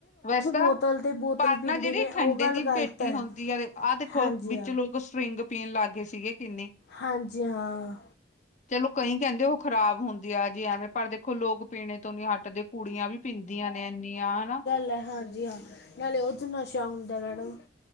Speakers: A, on the left; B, on the left.
A: ਵੈਸ ਤਾਂ
B: ਬੋਤਲ ਤੇ ਬੋਤਲ
A: ਪਾਰ
B: ਪੀਂਦੇ
A: ਨਾ ਜੇੜੀ
B: ਨੇ
A: ਠੰਡੇ
B: ਉਹ ਗੱਲ
A: ਦੀ
B: ਗਲਤ
A: ਪੇਟੀ
B: ਹੈ
A: ਹੋਂਦੀ ਐ ਦੇ ਆ ਦੇਖੋ
B: ਹਾਂਜੀ
A: ਵਿੱਚ
B: ਹਾਂ
A: ਲੋਕ ਸ੍ਰੀਟੰਗ ਪੀਨ ਲਾੱਗ ਗੇ ਸੀਗੇ ਕਿੰਨੀ
B: ਹਾਂਜੀ ਹਾਂ
A: ਚਲੋ ਕਈਂ ਕੈਂਦੇ ਓ ਖਰਾਬ ਹੋਂਦੀ ਆ ਜੀ ਐਵੇਂ ਪਾਰ ਦੇਖੋ ਲੋਕ ਪੀਣੇ ਤੋਂ ਨੀ ਹਾਟਦੇ ਕੁੜੀਆਂ ਵੀ ਦੀਆਂ ਨੇ ਐਨੀਆਂ ਹਨਾ।
B: ਲੈ ਹਾਂਜੀ ਹਾਂ, ਨਾਲੇ ਓਚ ਨਸ਼ਾ ਹੁੰਦੈ ਮੈੜਮ।